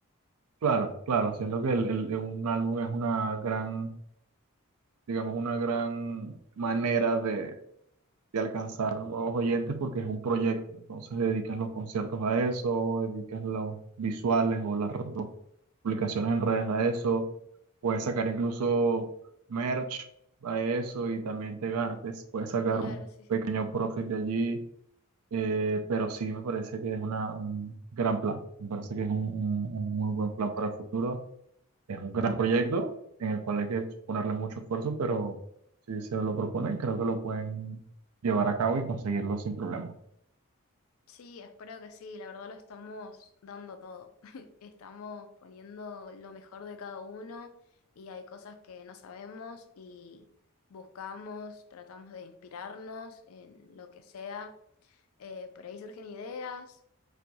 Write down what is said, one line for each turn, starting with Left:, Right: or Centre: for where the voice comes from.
Right: claro, claro. Siento que el, el- un álbum es una gran, digamos, una gran manera de, de alcanzar nuevos oyentes porque es un proyecto. Entonces dedicas los conciertos a eso, dedicas los visuales o las, las publicaciones en redes a eso. Puedes sacar incluso merch a eso y también te, ga- te puedes sacar
Left: Claro,
Right: un
Left: sí, sí.
Right: pequeño profit de allí. Eh, pero sí me parece que es una, un gran plan. Me parece que es un, un- un muy buen plan para el futuro. Es un gran proyecto en el cual hay que ponerle mucho esfuerzo, pero si se lo proponen, creo que lo pueden llevar a cabo y conseguirlo sin problema.
Left: Sí, espero que sí, la verdad lo estamos dando todo. <laughs> Estamos poniendo lo mejor de cada uno y hay cosas que no sabemos y buscamos, tratamos de inspirarnos en lo que sea. Eh, por ahí surgen ideas,